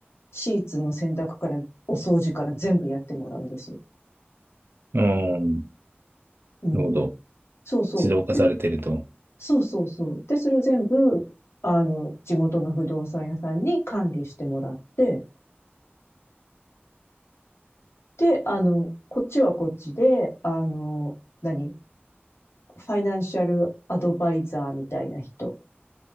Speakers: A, on the left; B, on the right.
A: シーツの洗濯から、お掃除から全部やってもらうんですよ。
B: うん。ああ、
A: うん。
B: なるほど。
A: そうそう。
B: 自動化されてると。
A: で、そうそうそう。で、それを全部、あの、地元の不動産屋さんに管理してもらって、で、あの、こっちはこっちで、あの、何ファイナンシャルアドバイザーみたいな人、